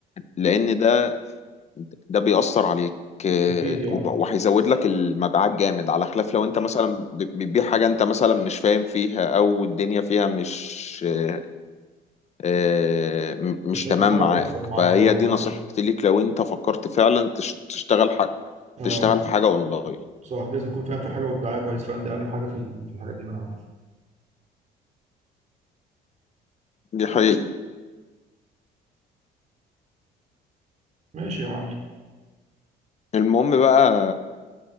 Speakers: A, on the left (about 40°); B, on the right (about 45°).
A: لأن ده ده بيأثر عليك آه،
B: اكيد يعني
A: وب- وهيزود لك المبيعات جامد على خلاف لو انت مثلا ب- بتبيع حاجة انت مثلا مش فاهم فيها او الدنيا فيها مش آه، آه، م- مش
B: مش ألطف
A: تمام
B: حاجة
A: معاك
B: هتخسر معاك
A: فهي
B: أه أنا
A: دي نصيحتي
B: عارف
A: ليك لو انت فكرت فعلا تش- تشتغل حاجة
B: أه
A: تشتغل في حاجة اونلاين
B: صح لازم يكون فاهم في الحاجة والدعاية كويس فاهم دي أهم حاجة في ال- في الحاجات دي ما أنا عارف
A: دي حقيقة
B: ماشي يا معلم
A: المهم بقى